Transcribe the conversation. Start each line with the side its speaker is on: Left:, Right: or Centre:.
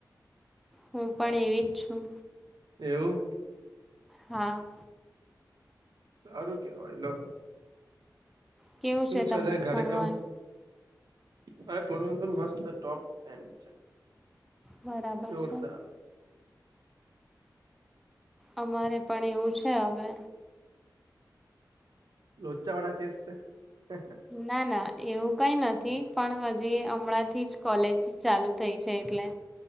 Centre: હું પણ એવી જ છું.
Right: એવું.
Centre: હા.
Right: હારું કેવાય લો
Centre: કેવું
Right: કેવુ
Centre: છે
Right: ચાલે
Centre: તમારું
Right: ઘરે
Centre: ભણવાનું
Right: કામ હવે તો <unintelligible> મસ્ત ટોપ પેન્ટ છે.
Centre: બરાબર
Right: જોરદાર
Centre: છે. અમારે પણ એવું છે હવે.
Right: લોચા વાળા કેસ છે હે હે.
Centre: ના ના એવું કઈ નથી પણ હજી હમણાંથી જ કોલેજ ચાલુ થઈ છે એટલે.